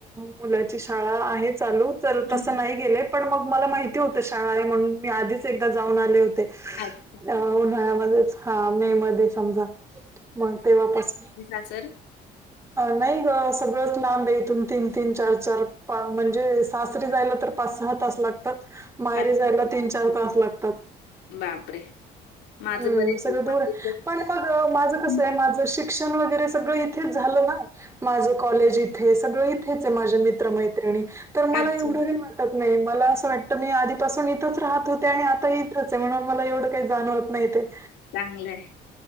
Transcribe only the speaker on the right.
मुलाची शाळा आहे चालू. तर
तसं
नाही गेले पण मग मला माहिती होतं शाळा आहे म्हणून मी आधीच एकदा जाऊन आले होते.
अ उन्हाळ्यामध्येच हा मे मध्ये समजा मग तेव्हापस
नाही ग सगळंच लांब आहे इथून तीन तीन चार चार म्हणजे सासरी जायला तर पाच सहा तास लागतात मायरी
जायला तीन चार तास लागतात.
हम्म
सगळं दूर
आहे
पण माझं कसं
आहे माझं शिक्षण वगैरे सगळं. थच झालं ना माझ कॉलेज इथे सगळं इथेच आहे माझे मित्र मैत्रिणी तर मला
एवढं वाट. नाही मला असं वाटतं मी आधीपासून इथंच राहत होते आणि आता इथंच आहे म्हणून मला एवढं. काही जाणवत नाही ते